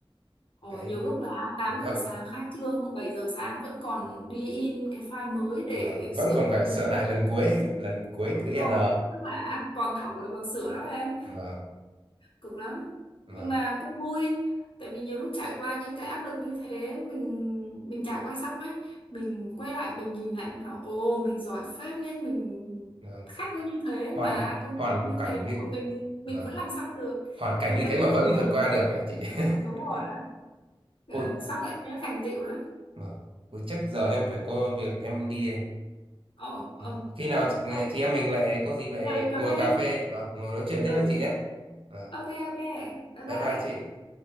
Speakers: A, on the left; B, on the right.
A: Ồ,
B: đấy
A: nhiều lúc là 8
B: gấp
A: giờ sáng khai trương, 7 giờ sáng vẫn còn đi in cái file mới để
B: vâng. vẫn
A: sửa
B: còn
A: lại
B: phải
A: luôn.
B: sửa lại lần cuối <laughs> lần cuối
A: Đúng
B: thứ
A: rồi,
B: n
A: tức là à, còn thảo là còn sửa đó em.
B: vâng
A: cực lắm
B: vâng
A: nhưng mà cũng vui tại vì nhiều lúc trải qua những cái áp lực như thế mình mình trải qua xong ấy mình quay lại mình nhìn lại mình bảo ồ mình giỏi phết nên mình
B: vâng
A: khách nó như thế mà
B: hoàn
A: công việc
B: hoàn
A: như
B: cảnh
A: thế
B: như
A: mà mình mình
B: vâng
A: vẫn làm xong được
B: hoàn cảnh
A: mình
B: như
A: vẫn
B: thế mà
A: hoàn
B: vẫn vượt
A: thành
B: qua được này chị <laughs>
A: đúng rồi đó Ờ,
B: ôi
A: xong lại nhớ thành tựu đó
B: vâng ôi chắc giờ em phải có việc em đi
A: ồ
B: Ừ.
A: ồ
B: Khi nào
A: ok
B: chị em mình lại có dịp lại
A: vào đi cà
B: ngồi
A: phê
B: cà phê và ngồi nói chuyện tiếp với
A: ừ
B: chị nhé. Vâng.
A: ok ok bye
B: Bye
A: bye
B: bye chị.